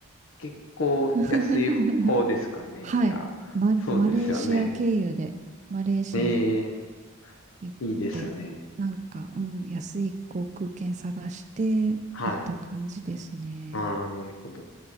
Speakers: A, on the left; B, on the right.
A: 結構安い方ですかね。
B: <laughs> はい。
A: いや、
B: マ、
A: そうですよね。
B: マレーシア経由で、マレーシア
A: ええ、
B: 行って、
A: いいですね。
B: なんか、うん、安い航空券探して
A: はい。
B: 行った感じですね。
A: ああ、なるほど。